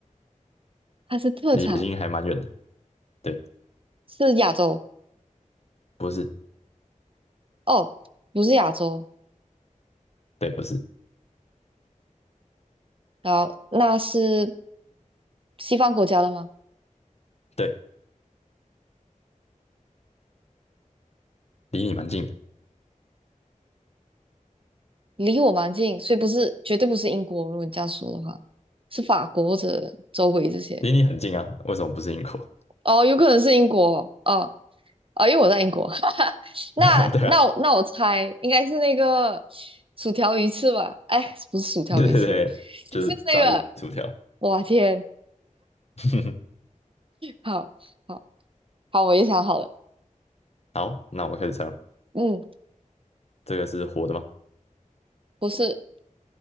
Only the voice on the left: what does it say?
离北京还蛮远的。对，
不是，
对，不是，
对，离你蛮近的，
离你很近啊。为什么不是英国？
<laughs> 对啊，
对对对，就是炸鱼薯条。
<laughs>
好，那我开始猜了。
这个是活的吗？